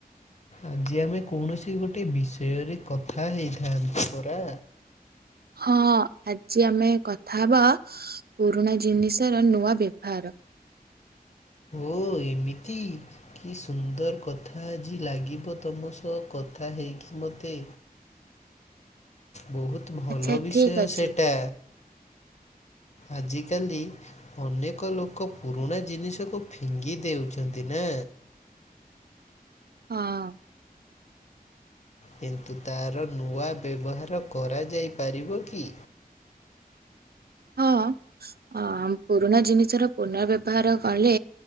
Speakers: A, on the left; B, on the right.
A: ଆଜି ଆମେ କୌଣସି ଗୋଟେ ବିଷୟରେ କଥା ହେଇଥାନ୍ତେ ପରା?
B: ହଁ-ଅ-ଅ ଆଜି ଆମେ କଥା ହବା ପୁରୁଣା ଜିନିଷ ର ନୂଆ ବ୍ୟବହାର।
A: ଓ ଏମିତି। କି ସୁନ୍ଦର କଥା ଆଜି ଲାଗିବ ତମ ସହ କଥା ହେଇକି ମୋତେ। ବହୁତ ଭଲ
B: ଆଚ୍ଛା
A: ବିଷୟ
B: ଠିକ୍ ଅଛି।
A: ସେଟା। ଆଜିକାଲି ଅନେକ ଲୋକ ପୁରୁଣା ଜିନିଷକୁ ଫିଙ୍ଗି ଦେଉଛନ୍ତି ନା?
B: ହଁ।
A: କିନ୍ତୁ ତାର ନୂଆ ବ୍ୟବହାର କରାଯାଇପାରିବ କି?
B: ହଁ-ଅ-ଅ ଅ-ଅ ପୁରୁଣା ଜିନିଷ ର ପୁର୍ନବ୍ୟବହାର କଲେ